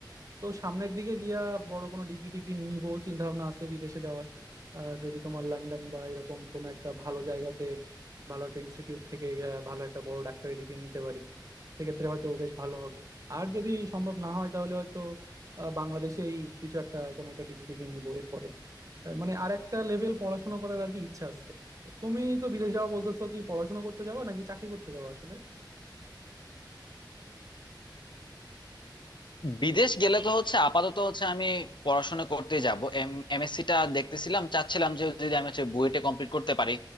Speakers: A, on the right; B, on the left.
A: তো সামনের দিকে গিয়া বড় কোনো ডিগ্রি টিগ্রি নিব চিন্তা ভাবনা আছে বিদেশে যাওয়ার আহ, যদি তোমার লন্ডন বা এরকম কোনো একটা ভালো জায়গাতে ভালো একটা ইনস্টিটিউট থেকে আহ, ভালো একটা বড় ডাক্তারি ডিগ্রি নিতে পারি সেক্ষেত্রে হয়তো বেশ ভালো হবে আর যদি সম্ভব না হয় তাহলে হয়তো আহ, বাংলাদেশেই কিছু একটা কোনো একটা ডিগ্রি টিগ্রি নিবো এরপরে আহ, মানে আর একটা লেভেল পড়াশোনা করার আর কি ইচ্ছা আছে তুমি তো বিদেশ যাওয়া বলতেছো কি পড়াশোনা করতে যাবা নাকি চাকরি করতে যাবা আসলে
B: বিদেশ গেলে তো হচ্ছে আপাতত হচ্ছে আমি পড়াশোনা করতে যাব এম এমএসসি টা দেখতেছিলাম চাচ্ছিলাম যে যদি আমি হচ্ছে বুয়েটে কমপ্লিট করতে পারি